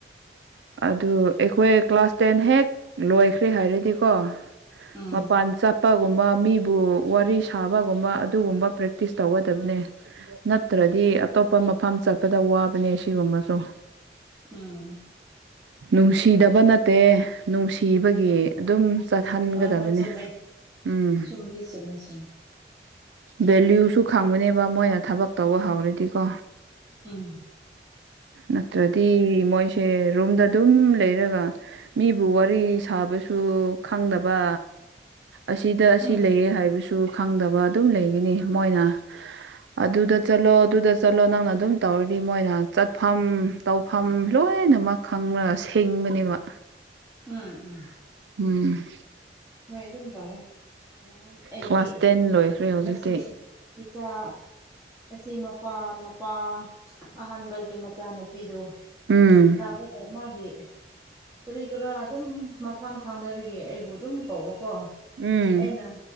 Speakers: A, on the right; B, on the right.
A: ꯑꯗꯨ ꯑꯩꯈꯣꯏ ꯀ꯭ꯂꯥꯁ ꯀꯣꯇꯦꯟ ꯍꯦꯛ ꯂꯣꯏꯈ꯭ꯔꯦ ꯍꯥꯏꯔꯗꯤꯀꯣ
B: ꯎꯝ
A: ꯃꯄꯥꯟ ꯆꯥꯄꯒꯨꯝꯕ ꯃꯤ ꯕꯨ ꯋꯥꯔꯤ ꯁꯥꯕꯒꯨꯝꯕ ꯑꯗꯨꯒꯨꯝꯕ ꯄ꯭ꯔꯦꯛꯇꯤꯁ ꯇꯧꯒꯗꯕꯅꯦ ꯅꯠꯇ꯭ꯔꯗꯤ ꯑꯇꯣꯞꯄ ꯃꯐꯝ ꯆꯠꯄꯗ ꯋꯥꯕꯅꯦ ꯁꯤꯒꯨꯝꯕꯁꯨ
B: ꯎꯝ
A: ꯅꯨꯡꯁꯤꯗꯕ ꯅꯠꯇꯦ ꯅꯨꯡꯁꯤꯕꯒꯤ
B: ꯎꯝ
A: ꯑꯗꯨꯝ ꯆꯠꯍꯟꯒꯗꯕꯅꯦ
B: ꯍꯣꯏ ꯍꯣꯏ ꯆꯨꯝꯃꯦ
A: ꯎꯝ
B: ꯆꯨꯝꯗꯤ ꯆꯨꯝꯃꯦ ꯆꯨꯝꯃꯦ
A: ꯚꯦꯂꯨꯁꯨ ꯈꯪꯕꯅꯦꯕ ꯃꯣꯏꯅ ꯊꯕꯛ ꯇꯧꯕ ꯍꯧꯔꯗꯤꯀꯣ
B: ꯏꯪ
A: ꯅꯠꯇ꯭ꯔꯗꯤ ꯃꯣꯏꯁꯦ ꯔꯨꯝꯗ ꯑꯗꯨꯝ ꯂꯩꯔꯒ ꯃꯤꯕꯨ ꯋꯥꯔꯤ ꯁꯥꯕꯁꯨ ꯈꯪꯗꯕ ꯑꯁꯤꯗ ꯑꯁꯤ
B: ꯎꯝ
A: ꯂꯩꯌꯦ ꯍꯥꯏꯕꯁꯨ ꯈꯪꯗꯕ ꯑꯗꯨꯝ ꯂꯩꯒꯅꯤ ꯃꯣꯏꯅ ꯑꯗꯨꯗ ꯆꯠꯂꯣ ꯑꯗꯨꯗ ꯆꯠꯂꯣ ꯅꯪꯅ ꯑꯗꯨꯝ ꯇꯧꯔꯗꯤ ꯃꯣꯏꯅ ꯆꯠꯐꯝ ꯇꯧꯐꯝ ꯂꯣꯏꯅꯃꯛ ꯈꯪꯉꯒ ꯁꯦꯡꯕꯅꯦꯕ
B: ꯎꯝ ꯎꯝ
A: ꯎꯝ
B: ꯍꯣꯏ ꯑꯗꯨꯝ ꯇꯧꯋꯦ ꯅꯍꯥꯟ ꯑꯩꯒꯤ
A: ꯀ꯭ꯂꯥꯁ ꯇꯦꯟ ꯂꯣꯏꯈ꯭ꯔꯦ ꯍꯧꯖꯤꯛꯇꯤ
B: ꯑꯁꯤ ꯄꯤꯖꯆꯥ ꯑꯁꯤ ꯃꯄꯥ ꯃꯄꯥ ꯑꯍꯥꯟꯕꯒꯤ ꯃꯆꯥꯅꯨꯄꯤꯗꯨ
A: ꯎꯝ
B: ꯂꯒꯒ ꯃꯥꯒꯤ ꯀꯔꯤ ꯀꯔꯥ ꯑꯗꯨꯝ ꯃꯐꯝ ꯈꯪꯗꯕꯒꯤ ꯑꯩꯕꯨ ꯑꯗꯨꯝ ꯀꯧꯕꯀꯣ
A: ꯎꯝ
B: ꯑꯩꯅ